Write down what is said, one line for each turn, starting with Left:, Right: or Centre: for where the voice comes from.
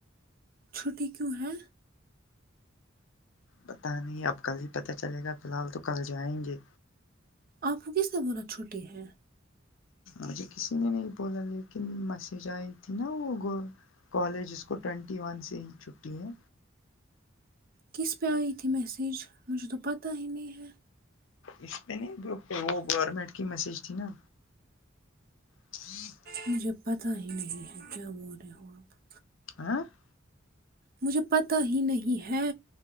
Right: چھٹی کیوں ہے
Left: بتا نہیں اب کل ہی پتہ چلے گا فی الحال تو کل جائیں گے
Right: آپ کو کس نے بلانا چھوٹی ہے
Left: مجھے کسی نے نہیں بولا لیکن مسیج آئی تھی نا وہ گ کالج اس کو ٹوینٹی ون سے ہی چھٹی ہے
Right: کس پہ آئی تھی میسیج مجھے تو پتا ہی نہیں ہے
Left: اس پہ نہیں جوہ وہ گورنمنٹ کی میسج تھی نا جی
Right: مجھے پتا ہی نہیں ہے کیا بول رہے ہو آپ
Left: آں <unintelligible>
Right: مجھے پتہ ہی نہیں ہے